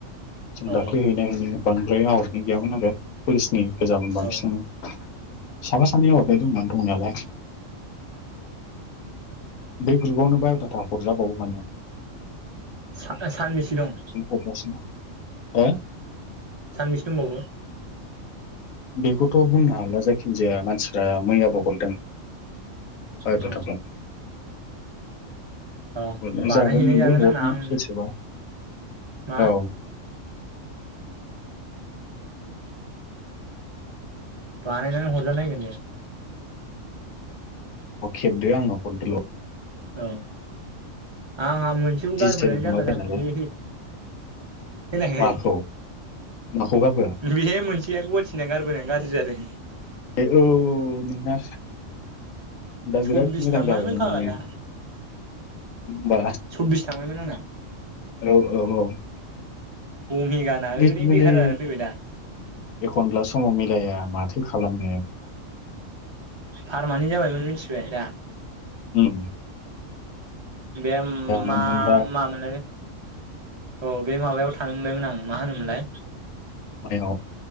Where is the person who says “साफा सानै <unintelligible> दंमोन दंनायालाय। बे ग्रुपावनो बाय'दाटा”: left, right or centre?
Left